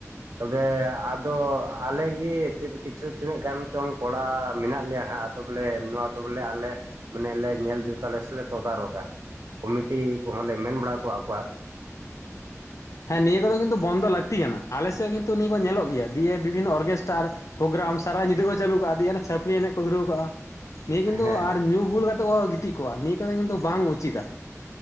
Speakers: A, on the right; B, on the left.
A: ᱛᱚᱵᱮ ᱟᱫᱚ ᱟᱞᱮ ᱜᱮ ᱠᱤᱪᱷᱩ ᱛᱤᱱᱟᱹᱜ ᱜᱟᱱ ᱪᱚᱝ ᱠᱚᱲᱟ ᱢᱮᱱᱟᱜ ᱞᱮᱭᱟ ᱦᱟᱸᱜ ᱛᱚ ᱵᱚᱞᱮ ᱱᱚᱣᱟ ᱫᱚ ᱵᱚᱞᱮ ᱟᱞᱮ ᱢᱟᱱᱮ ᱞᱮ ᱧᱮᱞ ᱡᱩᱛᱟᱞᱮ ᱥᱮᱞᱮ ᱛᱚᱫᱟᱨᱚᱜᱟ ᱠᱚᱢᱤᱴᱤ ᱠᱚᱦᱚᱸ ᱞᱮ ᱢᱮᱱ ᱵᱟᱲᱟ ᱠᱚᱣᱟᱜ ᱠᱚᱣᱟ
B: ᱦᱮᱸ ᱱᱤᱭᱟᱹ ᱠᱚᱫᱚ ᱠᱤᱱᱛᱩ ᱵᱚᱱᱫᱚ ᱞᱟᱹᱠᱛᱤ ᱠᱟᱱᱟ ᱟᱞᱮ ᱥᱮᱫ ᱦᱚᱸ ᱠᱤᱱᱛᱩ ᱱᱤᱭᱟᱹ ᱠᱚ ᱧᱮᱞᱚᱜ ᱜᱮᱭᱟ ᱫᱤᱭᱮ ᱵᱤᱵᱷᱤᱱᱱᱚ ᱚᱨᱠᱮᱥᱴᱟᱨ ᱯᱨᱳᱜᱨᱟᱢ ᱥᱟᱨᱟ ᱧᱤᱫᱟᱹ ᱠᱚ ᱪᱟᱹᱞᱩ ᱠᱟᱜᱼᱟ ᱫᱤᱭᱮ ᱪᱷᱟᱯᱨᱤ ᱮᱱᱮᱡ ᱠᱚ ᱫᱷᱩᱨᱟᱹᱣ ᱠᱟᱜᱼᱟ ᱱᱤᱭᱟᱹ ᱠᱤᱱᱛᱩ
A: ᱦᱮᱸ
B: ᱟᱨ ᱧᱩ ᱵᱩᱞ ᱠᱟᱛᱮᱫ ᱠᱚ ᱜᱤᱛᱤᱡ ᱠᱚᱜ-ᱟ ᱱᱤᱭᱟᱹ ᱠᱚᱫᱚ ᱠᱤᱱᱛᱩ ᱵᱟᱝ ᱩᱪᱤᱛᱟ